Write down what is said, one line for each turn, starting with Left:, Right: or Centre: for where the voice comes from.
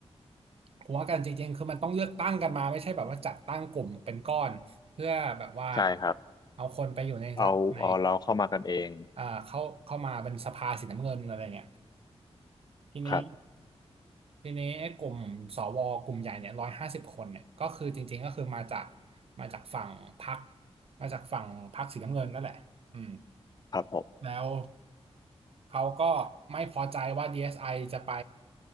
Right: ผมว่ากันจริงๆคือมันต้องเลือกตั้งกันมาไม่ใช่แบบว่าจัดตั้งกลุ่มเป็นก้อนเพื่อแบบว่า
Left: ใช่ครับ
Right: เอาคนไปอยู่ในรัฐใน
Left: เอาเอาเราเข้ามากันเอง
Right: อ่าเข้าเข้ามาเป็นสภาสีน้ำเงินอะไรเงี้ยทีนี้
Left: ครับ
Right: ทีนี้ไอ้กลุ่มสวกลุ่มใหญ่เนี่ยร้อยห้าสิบคนเนี่ยก็คือจริงๆก็คือมาจากมาจากฝั่งพรรคมาจากฝั่งพรรคสีน้ำเงินนั่นแหละอืม
Left: ครับผม
Right: แล้วเขาก็ไม่พอใจว่า DSI จะไป